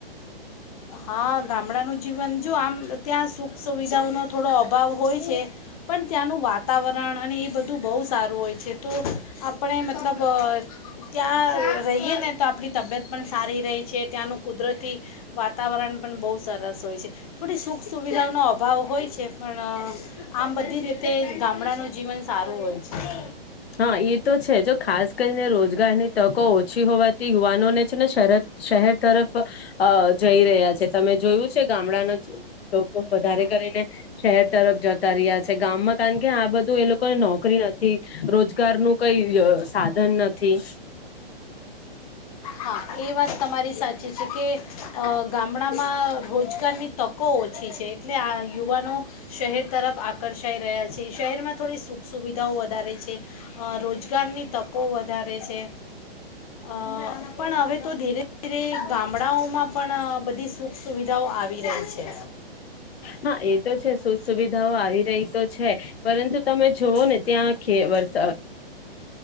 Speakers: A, on the left (about 35°); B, on the left (about 80°).
A: હા ગામડાનું જીવન જો આમ ત્યાં સુખ સુવિધાઓનો થોડો અભાવ હોય છે પણ ત્યાંનું વાતાવરણ અને એ બધું બહુ સારું હોય છે તો આપણે મતલબ અ ત્યાં રહીએ ને તો આપણી તબિયત પણ સારી રેય છે ત્યાંનું કુદરતી વાતાવરણ પણ બહુ સરસ હોય છે થોડી સુખ સુવિધાઓનો અભાવ હોય છે પણ અ આમ બધી રીતે ગામડાનું જીવન સારું હોય છે.
B: હા એ તો છે જો ખાસ કરીને રોજગારની તકો ઓછી હોવાથી યુવાનોને છે ને શર શહેર તરફ, જઈ રહ્યા છે તમે જોયું છે ગામડાના લોકો વધારે કરીને, શહેર તરફ જતા રહ્યા છે ગામમાં કારણ કે આ બધું એ લોકોને નોકરી નથી. રોજગાર નું કઈ સાધન નથી.
A: હા એ વાત તમારી સાચી છે કે, ગામડામાં રોજગારની તકો ઓછી છે એટલે આ યુવાનો શહેર તરફ આકર્ષાઈ રહ્યા છે. શહેરમાં થોડી સૂ સુવિધાઓ વધારે છે, રોજગારની તકો વધારે છે. અ પણ હવે તો ધીરે ગામડાઓમાં પણ બધી સુખ સુવિધાઓ આવી રહી છે.
B: હા એ તો છે સુ સુવિધાઓ આવી રહી તો છે, પરંતુ તમે જોુવઓ ને ત્યાં વરસાદ ચાલ